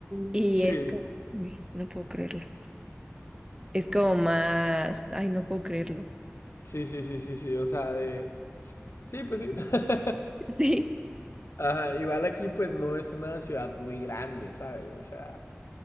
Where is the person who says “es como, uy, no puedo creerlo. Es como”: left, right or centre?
Right